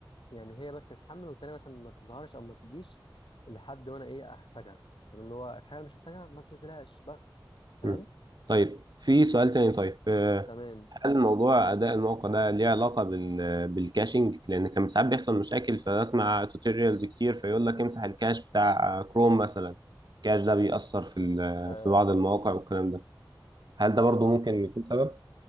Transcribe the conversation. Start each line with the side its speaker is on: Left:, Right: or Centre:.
Left: يعني هي بس تتحمل والتانية مثلا ما تظهرش او ما تجيش لحد ما انا ايه احتاجها طب اللي هو الحاجه اللي مش محتاجها ما تنزلهاش بس فاهم
Right: أمم. طيب في سؤال تاني طيب آه،
Left: تمام
Right: هل موضوع اداء الموقع ده ليه علاقه بال بالكاشنج لان كان ساعات بيحصل مشاكل فاسمع توتوريالز كتير فيقول لك امسح الكاش بتاع كروم مثلا الكاش ده بيأثر في ال-
Left: اه
Right: في بعض المواقع والكلام ده هل
Left: اه
Right: ده برضو
Left: اه,
Right: ممكن
Left: آه.
Right: يكون سبب